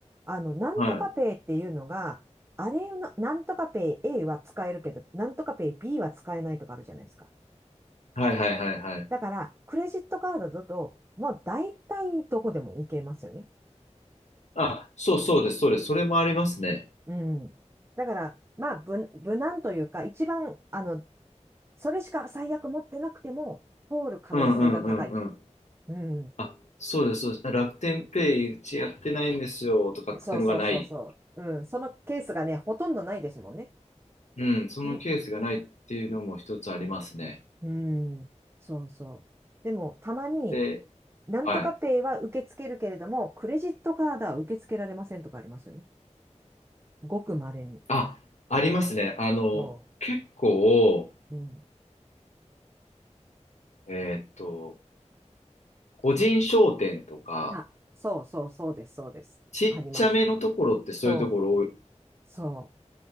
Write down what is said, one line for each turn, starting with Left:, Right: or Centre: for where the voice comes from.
Right: あの、なんとかペイっていうのが、
Left: はい。
Right: あれの、なんとかペイ A は使えるけど、なんとかペイ B は使えないとかあるじゃないですか。
Left: はいはいはいはい。
Right: だから、クレジットカードだと、もう大体どこでも行けますよね。
Left: あ、そうそうです、そうです。それもありますね。
Right: うん。だから、まあ、無、無難というか、一番、あの、それしか最悪持ってなくても、通る可能性が高い。
Left: うんうんうんうん。
Right: うん。
Left: あ、そうです、そうです。楽天ペイうちやってないんですよとかっていうのがない。
Right: そうそうそうそう。うん。そのケースがね、ほとんどないですもんね。
Left: うん、そのケースがないっていうのも一つありますね。
Right: んうん、そうそう。でも、たまに、
Left: で、
Right: なんとかペイは受け付けるけれども、
Left: はい。
Right: クレジットカードは受け付けられませんとかありますよね。ごく稀に。
Left: あ、ありますね。あの、
Right: そ
Left: 結構、
Right: う。うん。
Left: えーっと、個人商店とか、
Right: あ、そうそうそうです、そうです。
Left: ちっちゃめのところってそういうところ多い
Right: あります。そう、そ